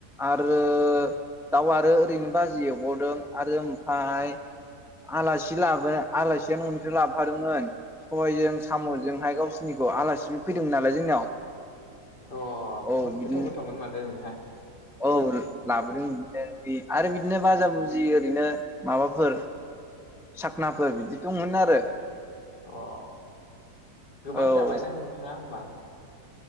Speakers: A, in the centre; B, on the left (about 75°).
A: आरो दाउ आरो ओरैनो बाजि एवबावदों आरो ओमफाय आलासि लाबोना आलासिया न'नि लाबोफादोंमोन सबाइजों साम' जोंहाय गावसिनि खौ आलासिबो फैदोंमोन नालाय जोंनियाव।
B: अ बुहुद
A: औ बिदिनो
B: गोथाव गोथावमोन माथो नोंथां
A: औ लाबोदों बिदिनो ओंख्रि आरो बिदिनो बाजा बुजि ओरैनो माबाफोर साखनाफोर बिदि दंमोन आरो
B: अ गोबां
A: औ
B: जाबायदां नोंथाङा होमबा